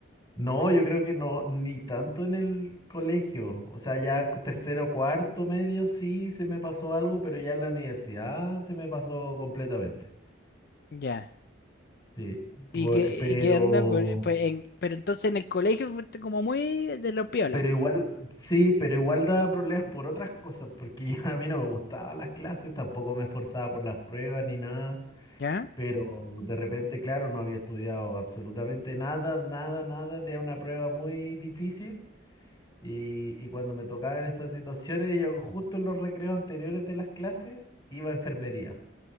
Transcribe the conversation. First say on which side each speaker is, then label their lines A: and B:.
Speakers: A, on the left; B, on the left.
A: No, yo creo que no, ni tanto en el colegio. O sea, ya tercero, cuarto, medio, sí se me pasó algo, pero ya en la universidad se me pasó completamente.
B: Ya.
A: Sí, bu-
B: ¿Y qué,
A: eh, pero,
B: y qué onda? Por- por- en- pero entonces en el colegio fuiste como muy de los piolas,
A: pero igual, sí, pero igual daba problemas por otras cosas, porque ya a mí no me gustaban las clases, tampoco me esforzaba por las pruebas ni nada,
B: ¿ya?
A: pero de repente, claro, no había estudiado absolutamente nada, nada, nada, de una prueba muy difícil. Y, y cuando me tocaban esas situaciones, yo justo en los recreos anteriores de las clases iba a enfermería